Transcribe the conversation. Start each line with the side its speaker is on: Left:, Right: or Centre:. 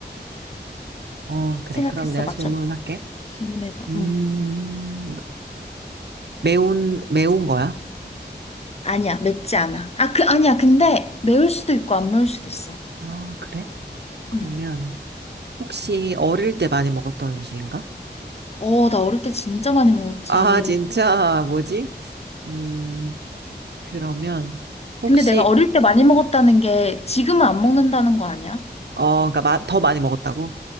Right: 어, 그래.
Left: 생각했어.
Right: 그럼 내가
Left: 맞춰봐.
Right: 질문을 할게.
Left: 질문해봐.
Right: 음,
Left: 응.
Right: 매운, 매운 거야?
Left: 아니야, 맵지 않아. 아, 그, 아니야. 근데 매울 수도 있고 안 매울 수도 있어.
Right: 아, 그래? 그러면
Left: 응.
Right: 혹시 어릴 때 많이 먹었던 음식인가?
Left: 어, 나 어릴 때 진짜 많이 먹었지.
Right: 아, 진짜, 뭐지? 음, 그러면 혹시,
Left: 근데 내가 어릴 때 많이 먹었다는 게 지금은 안 먹는다는 거 아니야?
Right: 어, 그러니까 마- 더 많이 먹었다고?